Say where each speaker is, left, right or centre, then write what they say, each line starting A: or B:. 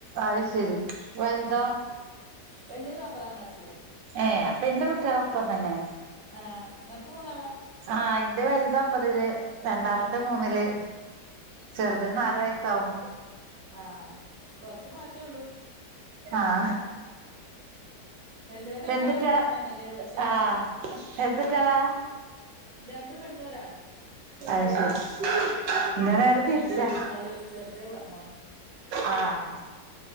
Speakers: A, on the right; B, on the right.
A: അത് ശരി വലുതോ
B: ഉം വല്യത് ഒമ്പതാം ക്ലാസില്ല്
A: ഏ അപ്പൊ ഇന്റെ കുട്ട്യാളൊപ്പം തന്നെ.
B: ആഹ ഇങ്ങക്ക് മൂന്നാളാ?
A: ആഹയിന്റെ വലുത് ഒമ്പതില് രണ്ടാമത്തെ മൂന്നില് ചെറുതിന്
B: ആഹ്
A: നാല്
B: ആഹ്
A: വയസാക്ണു
B: ആഹ് കൊറച്ച് മാറ്റള്ളൂ
A: ആഹ
B: ഉ വല്ലോല് രണ്ടാളും
A: എന്തുട്ടികളാ
B: സൈമെനല്ലേ ഇവിടത്തെ അടുത്തോ
A: ആഹ് എന്തുട്ടികളാ
B: രണ്ട് പെണ്ണു ഒരാണും.
A: അത് ശരി
B: ഉം
A: ന്റെ നേരെ
B: മൂത്ത
A: തിരിച്ചാ
B: രണ്ടാളും മോള് ചെറുത് മോന്
A: ആഹ്